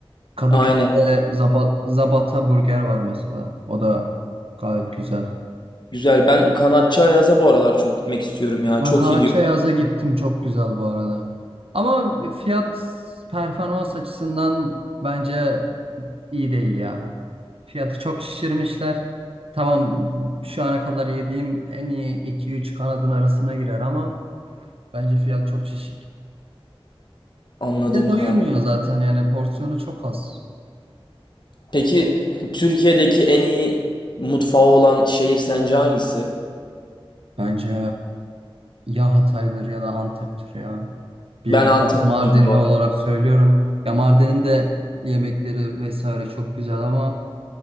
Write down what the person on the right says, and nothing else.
Kadıköy'de
Zabat, Zabata Burger var mesela. O da gayet güzel.
Ben
Karaçayaz'a
gittim çok güzel bu arada. Ama fiyat performans açısından bence iyi değil ya. Fiyatı çok şişirmişler. Tamam şu ana kadar yediğim en iyi iki üç kanadın arasına girer ama bence fiyat çok şişik.
Bir de doyurmuyor
zaten yani porsiyonu çok az.
Bence ya Hatay'dır ya da Antep'tir ya. Bir
Mardinli
olarak söylüyorum. Ya Mardin'in de yemekleri vesaire çok güzel ama